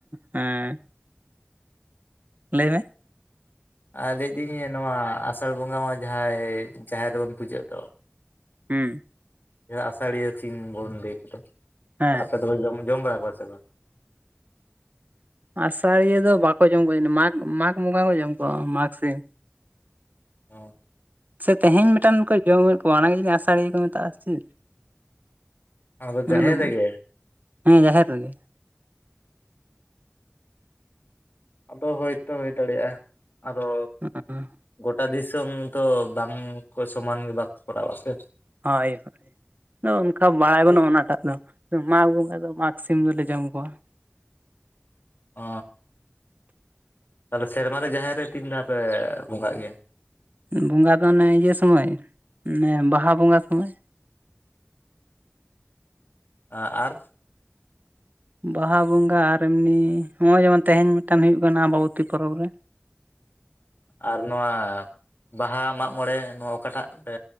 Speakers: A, on the right (about 45°); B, on the left (about 55°).
A: ᱦᱮᱸ ᱞᱟᱹᱭ ᱢᱮ
B: ᱟᱨ ᱞᱟᱹᱭᱫᱤᱧ ᱱᱚᱣᱟ ᱟᱥᱟᱲ ᱵᱚᱸᱜᱟ ᱢᱟ ᱡᱟᱦᱟᱸᱭ ᱡᱟᱦᱮᱨ ᱨᱮᱵᱚᱱ ᱯᱩᱡᱟᱹᱜ ᱫᱚ
A: ᱦᱩᱸ
B: ᱟᱥᱟᱲᱤᱭᱟᱹ ᱥᱤᱢ ᱵᱚᱱ ᱞᱟᱹᱭ ᱠᱚᱫᱚ
A: ᱦᱮᱸ
B: ᱟᱯᱮ ᱫᱚᱯᱮ ᱡᱚᱢ ᱵᱟᱲᱟ ᱠᱚᱣᱟ ᱥᱮ ᱵᱟᱝ?
A: ᱟᱥᱟᱲᱤᱭᱟᱹ ᱫᱚ ᱵᱟᱠᱚ ᱡᱚᱢ ᱠᱚᱣᱟ ᱡᱟᱱᱤ ᱢᱟᱜᱽ ᱢᱟᱜᱽ ᱵᱚᱸᱜᱟ ᱠᱚ ᱡᱚᱢ ᱠᱚᱣᱟ ᱢᱟᱜᱽ ᱥᱤᱢ᱾
B: ᱚ,
A: ᱥᱮ ᱛᱮᱦᱮᱧ ᱢᱤᱫᱴᱟᱝ ᱠᱚ ᱡᱚᱢᱮᱫ ᱠᱚᱣᱟ ᱚᱱᱟᱜᱮ ᱟᱥᱟᱲᱤᱭᱟᱹ ᱠᱚ ᱢᱮᱛᱟᱜᱼᱟ ᱪᱮᱫ?
B: ᱟᱫᱚ
A: ᱚᱱᱟ
B: ᱡᱟᱦᱮᱨ
A: ᱫᱚ
B: ᱨᱮᱜᱮ
A: ᱦᱮᱸ ᱡᱟᱦᱮᱨ ᱨᱮᱜᱮ᱾
B: ᱟᱫᱚ ᱦᱳᱭᱛᱚ ᱦᱩᱭᱳ ᱫᱟᱲᱮᱭᱟᱜᱼᱟ᱾ ᱟᱫᱚ
A: <unintelligible>
B: ᱜᱳᱚᱴᱟ ᱫᱤᱥᱚᱢ ᱫᱚ ᱵᱟᱝᱠᱚ ᱥᱚᱢᱟᱱ ᱜᱮ ᱵᱟᱠᱚ ᱠᱚᱨᱟᱣᱟ ᱥᱮ᱾
A: ᱦᱳᱭ ᱦᱳᱭ ᱟᱫᱚ ᱚᱱᱠᱟ ᱵᱟᱲᱟᱭ ᱵᱚᱱᱩ ᱚᱱᱟᱴᱟᱜ ᱫᱚ, ᱢᱟᱜᱽ ᱵᱚᱸᱜᱟ ᱫᱚ ᱢᱟᱜᱽ ᱥᱤᱢ ᱫᱚᱞᱮ ᱡᱚᱢ ᱠᱚᱣᱟ᱾
B: ᱚ ᱛᱟᱦᱞᱮ ᱥᱮᱨᱢᱟ ᱨᱮ ᱡᱟᱦᱮᱨ ᱨᱮ ᱛᱤᱱ ᱫᱷᱟᱣ ᱯᱮ ᱵᱚᱸᱜᱟᱜ ᱜᱮᱭᱟ?
A: ᱵᱚᱸᱜᱟ ᱫᱚ ᱚᱱᱮ ᱤᱭᱟᱹ ᱥᱚᱢᱚᱭ ᱚᱱᱮ ᱵᱟᱦᱟ ᱵᱚᱸᱜᱟ ᱥᱚᱢᱚᱭ᱾
B: ᱟ ᱟᱨ?
A: ᱵᱟᱦᱟ ᱵᱚᱸᱜᱟ ᱟᱨ ᱮᱢᱱᱤ ᱱᱚᱜ-ᱚᱭ ᱡᱮᱢᱚᱱ ᱛᱮᱦᱮᱧ ᱢᱤᱫᱴᱟᱝ ᱦᱩᱭᱩᱜ ᱠᱟᱱᱟ ᱟᱢᱵᱟᱵᱚᱛᱤ ᱯᱚᱨᱚᱵᱽ ᱨᱮ᱾
B: ᱟᱨ ᱱᱚᱣᱟ ᱵᱟᱦᱟ ᱢᱟᱜ ᱢᱚᱬᱮ ᱱᱚᱣᱟ ᱚᱠᱟᱴᱟᱜ ᱯᱮ